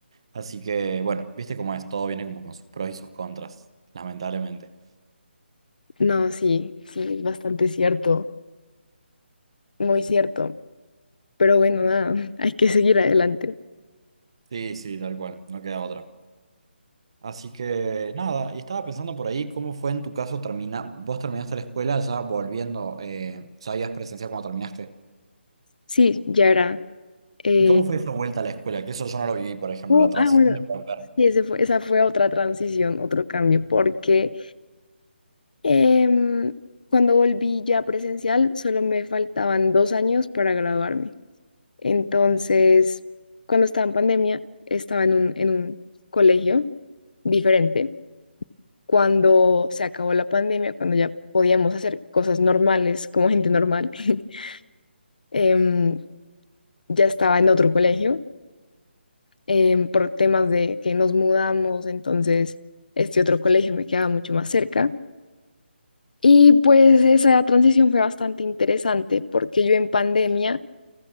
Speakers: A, on the right; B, on the left.
A: Así que, bueno, viste cómo es, todo viene como con sus pros y sus contras, lamentablemente.
B: no, sí, sí, es bastante cierto. Muy cierto, pero bueno, nada, <laughs> hay que seguir adelante.
A: Sí, sí, tal cual, no queda otra. Así que nada, y estaba pensando por ahí cómo fue en tu caso terminar, vos terminaste la escuela ya volviendo, eh, ya habías presenciado cuando terminaste.
B: Sí, ya era. eh,
A: ¿Y cómo fue esa vuelta a la escuela? Que eso yo no lo viví, por ejemplo,
B: oh,
A: la transición
B: ah, bueno,
A: de volver.
B: sí, ese fue, esa fue otra transición, otro cambio, porque em, cuando volví ya presencial, solo me faltaban dos años para graduarme. Entonces, cuando estaba en pandemia, estaba en un, en un colegio diferente. Cuando se acabó la pandemia, cuando ya podíamos hacer cosas normales como gente normal, <laughs> em, ya estaba en otro colegio em, por temas de que nos mudamos, entonces este otro colegio me quedaba mucho más cerca. Y pues esa transición fue bastante interesante porque yo en pandemia,